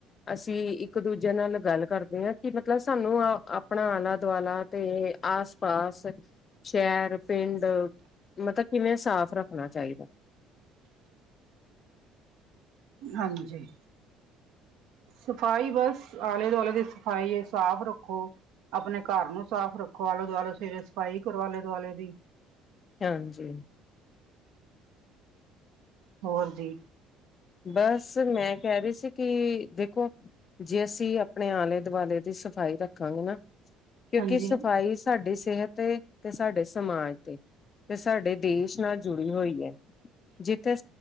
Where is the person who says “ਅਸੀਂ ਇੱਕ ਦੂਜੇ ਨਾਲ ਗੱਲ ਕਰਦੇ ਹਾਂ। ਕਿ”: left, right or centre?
Left